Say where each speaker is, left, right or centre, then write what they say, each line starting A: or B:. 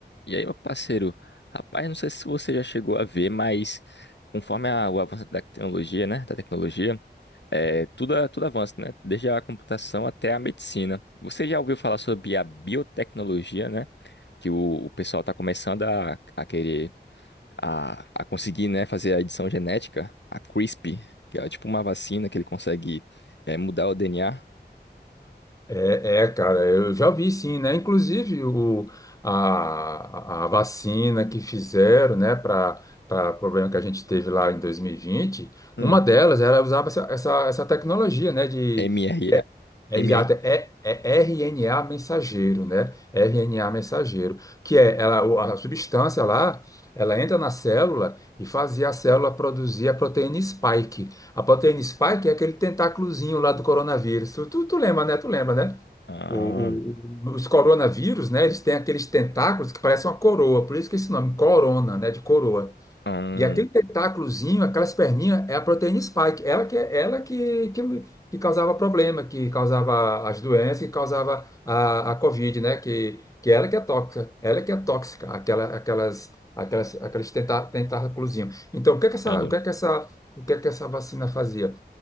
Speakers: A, on the left; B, on the left.
A: E aí, meu parceiro, rapaz, não sei se você já chegou a ver, mas conforme a- o avanço da tecnologia, né, da tecnologia, é, tudo, a- tudo avança, né, desde a computação até a medicina. Você já ouviu falar sobre a biotecnologia, né, que o, o pessoal está começando a, a querer, a, a conseguir, né, fazer a edição genética, a CRISPR, que é tipo uma vacina que ele consegue, é, mudar o DNA,
B: É, é, cara, eu já vi sim, né? Inclusive o, a, a vacina que fizeram, né, para para problema que a gente teve lá em 2020,
A: hum.
B: uma delas era usava essa, essa, essa tecnologia, né, de,
A: mRNA,
B: de é, é,
A: mRNA,
B: exato, é, é RNA mensageiro, né? RNA mensageiro, que é ela, o- a substância lá, ela entra na célula e fazia a célula produzir a proteína spike, a proteína spike é aquele tentáculozinho lá do coronavírus. Tu, tu, tu lembra, né? Tu lembra, né?
A: ah,
B: O- o- os coronavírus, né? Eles têm aqueles tentáculos que parecem uma coroa, por isso que esse nome, corona, né? De coroa.
A: hum,
B: E aquele tentáculozinho, aquelas perninhas, é a proteína spike. Ela que, é, ela que, que, que causava problema, que causava as doenças, que causava a, a Covid, né? Que, que ela que é tóxica, ela que é tóxica, aquela, aquelas, aquelas, aqueles tentá, tentáculozinhos. Então, o que é que essa,
A: entendi,
B: o que é que essa o que é que essa vacina fazia?